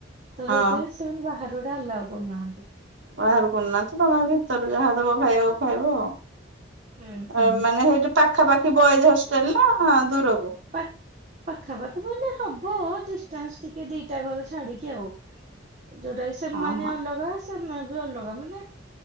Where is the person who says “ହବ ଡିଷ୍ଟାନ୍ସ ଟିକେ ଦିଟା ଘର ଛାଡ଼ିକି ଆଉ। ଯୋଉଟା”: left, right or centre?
Right